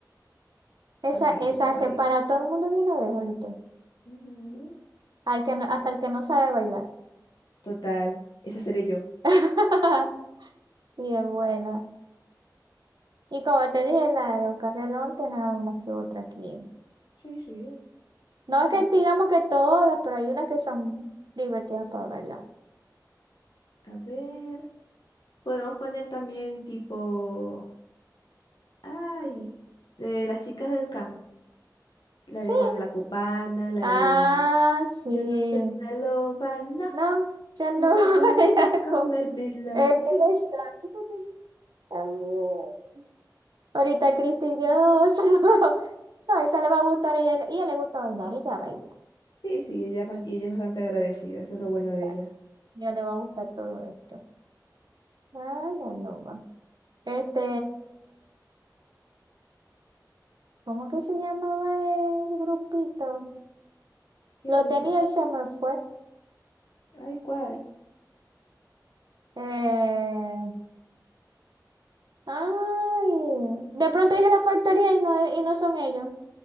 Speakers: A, on the right; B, on the left.
A: esa,
B: Ok, esa
A: esa
B: va
A: se
B: a ir.
A: para a todo el mundo de una vez, ¿oíste?
B: Ujú.
A: Al que no- hasta el que no sabe bailar.
B: Total, esa seré yo.
A: <laughs> Bien buena. Y como te dije, la de Oscar Relón tiene algunas que otras aquí.
B: Sí, sí.
A: No es que
B: Mm,
A: digamos que todas, pero hay unas que son divertidas para bailar.
B: A ver. Podemos poner también tipo. Ay, de las chicas del Can. La de
A: Sí,
B: Juana la Cubana, la
A: Ah,
B: de.
A: sí.
B: Yo no soy una loba, no.
A: No, ya no
B: Yo no
A: <laughs>
B: voy
A: voy
B: a
A: a
B: comérmelo.
A: co- Esa,
B: <laughs>
A: esa tiene <laughs> también. Ahorita Cristi, Dios. <laughs> No, No, esa le va a gustar a ella. Ella le gusta bailar, ella baila.
B: Sí, sí, ella, es bas- y ella es bastante agradecida. Eso es
A: Ella
B: lo bueno de
A: baila.
B: ella.
A: Ya le va a gustar todo esto. Ah, la loba. Este, ¿cómo que se llamaba el grupito?
B: ¿Qué
A: Lo
B: grupo?
A: tenía y se me fue.
B: Ay, ¿cuál?
A: Eh, ay. De pronto dije la factoría y no, y no son ellos.